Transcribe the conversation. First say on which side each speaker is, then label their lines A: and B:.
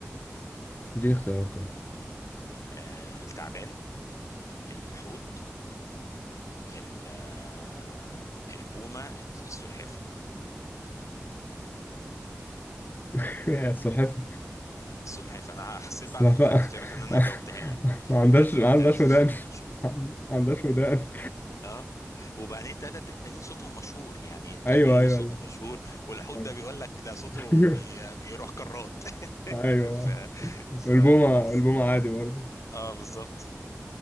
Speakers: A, on the left (about 40°); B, on the left (about 85°).
A: دي اختيارات طيب
B: آه، التعبان الحوت ال- آه، البومة السلحفة
A: <laughs> يا السلحفاة
B: سلحفاة انا حسيت
A: السلحفاة
B: بعد ما قلت لك اختيارات ان انا جاوبتها
A: <laughs>
B: لك
A: ما عندهاش
B: التلاتة
A: ما
B: التلاتة
A: عندهاش
B: صوتهم
A: ودان
B: مشهور
A: <laughs> ما عندهاش ودان
B: اه وبعدين التلاتة التانيين صوتهم مشهور يعني
A: <laughs>
B: التعبان
A: ايوه
B: ليه
A: ايوه
B: صوته
A: لا
B: مشهور والحوت
A: آه.
B: ده بيقول لك ده صوته
A: <laughs>
B: بي... بيروح كرات <laughs>
A: ايوه
B: ف... ف...
A: البومة
B: بز...
A: البومة عادي برضه
B: اه بالظبط